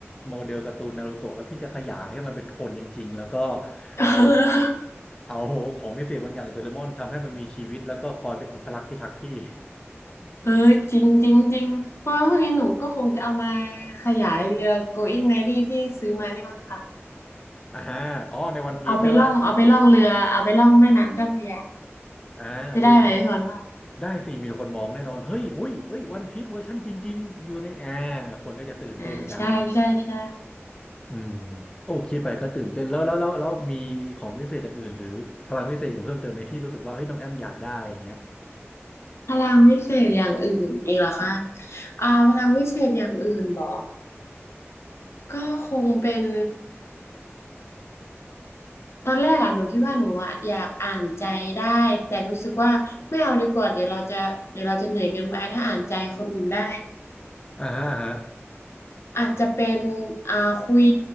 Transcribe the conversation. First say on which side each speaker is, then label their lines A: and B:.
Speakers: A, on the left; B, on the left.
A: โมเดลการ์ตูนนารูโตะแล้วพี่จะขยายให้มันเป็นคนจริงๆแล้วก็
B: ่ <laughs>
A: เอาเอาของพิเศษบางอย่างของโดเรมอนทำให้มันมีชีวิตแล้วก็คอยเป็นองครักษ์พิทักษ์พี่ <laughs>
B: เออจริงจริงจริงเพราะว่าพวกนี้หนูก็คงจะเอามาขยายเรือ Going Merry ที่ซื้อมานี่มั้งค่ะ
A: อ่าอ๋อในวันพีชใช่ป่ะ
B: เอาไปล่องเอาไปล่องเรือเอาไปล่องแม่น้ำเจ้าพระยา
A: อ่าโอ้ยมี
B: จะได้ไหมพี่บอลว่า
A: ได้สิมีคนมองแน่นอนเฮ้ยอุ้ยเอ้ยวันพีชเวอร์ชันจริงๆอยู่ในแอร์คนก็จะตื่นเต้นกัน
B: อ่าใช่ใช่ใช่
A: อืมโอ้คิดไปก็ตื่นเต้นแล้วแล้วแล้วแล้วมีของพิเศษอย่างอื่นหรือพลังพิเศษอื่นเพิ่มเติมไหมที่รู้สึกว่าเฮ้ยน้องแอมอยากได้อย่างเงี้ย
B: พลังวิเศษอย่างอื่นอีกเหรอคะอ่าพลังวิเศษอย่างอื่นเหรอก็คงเป็นตอนแรกอะหนูคิดว่าหนูอะอยากอ่านใจได้แต่รู้สึกว่าไม่เอาดีกว่าเดี๋ยวเราจะเดี๋ยวเราจะเหนื่อยเกินไปถ้าอ่านใจคนอื่นได้
A: อ่าฮะอ่าฮะ
B: อาจจะเป็นอ่าคุย